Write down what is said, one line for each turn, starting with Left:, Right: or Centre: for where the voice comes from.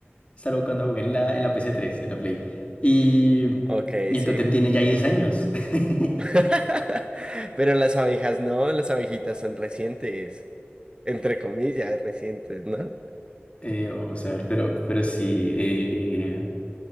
Left: Salvo cuando jugué en la, en la ps tres en la Play. Y,
Right: ok,
Left: y
Right: sí.
Left: el Totem tiene ya 10 años. <laughs>
Right: <laughs> Pero las abejas no, las abejitas son recientes, entre comillas, recientes, ¿no?
Left: Eh, vamos a ver, pero, pero sí. Eh...